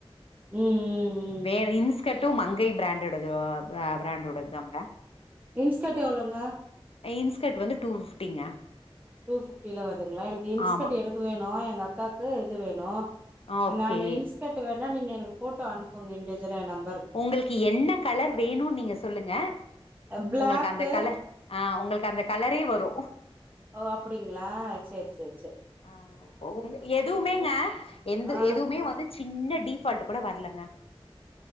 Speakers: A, on the right; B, on the left.
A: ம் ம் ம்
B: வேல இன்ஸ்கட்டு மங்கை பிராண்டோடது பிரா பிராண்டோடத் தாங்க
A: இன்ஸ்கட் எவ்ளோங்க
B: இன்ஸ்கட் வந்து டூ ஃபிஃப்டிங்க
A: டூ ஃபிஃப்டில வருதுங்ளா எனக்கு இன்ஸ்கட்டு
B: ஆமா
A: எனக்கு வேணு எங்கக்காக்கு இது வேணு
B: ஓகே
A: நானு இன்ஸ்கட்டு வேணா நீங்க எனக்கு போட்டோ அனுப்புங்க இண்டூஜுலா எ நம்
B: உங்களுக்கு என்ன கலர் வேணுன் நீங்க சொல்லுங்க
A: பிளாக்கு
B: உங்களுக்கு அந்த கலர் ஆ உங்களுக்கு அந்த கலரே வரு
A: ஓ அப்பிடிங்ளா செர் செர் செர்
B: ஆ உ எதுவுமேங்க எந்த
A: ஆ
B: எதுவுமே வந்து சின்ன டிஃபால்ட் கூட வரலங்க